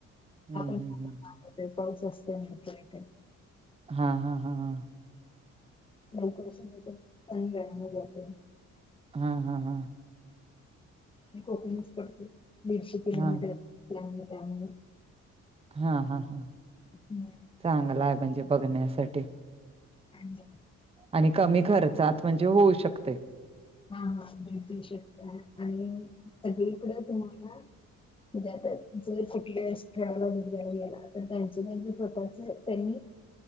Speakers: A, on the right; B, on the left.
A: हम्म
B: हा पण
A: हम्म हम्
B: पाऊस असत नाही तर इथे
A: हा हा हा हां
B: लवकरशी वेळाला जाते
A: हा हा हां
B: ह कोपडत दीडशे को
A: हा हा हा हा
B: ह
A: चांगला आहे म्हणजे बघण्यासाठी
B: ह
A: आणि कमी खर्चात म्हणजे होऊ शकते
B: हा हा भेळटू शकता आणि सगळीकडं तुम्हाला म्हणजे आता जर कुठल्या स्थळाला भिडघाला गेला तर त्यांच त्यांच स्वतःच त्यांनी